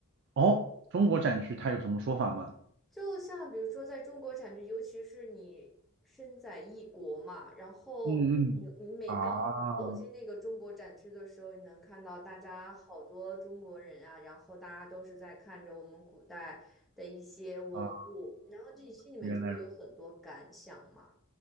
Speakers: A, on the right (about 55°); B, in the centre.
A: 哦，中国展区它有什么说法吗？
B: 就像比如说，在中国展区，尤其是你身在异国嘛，然后你你每当走进那个中国展区的时候，
A: 嗯嗯啊
B: 你能看到大家好多中国人啊，然后大家都是在看着我们古代的一些文物，
A: 啊，
B: 然后自己心里面就会有很多感想嘛。
A: 原来如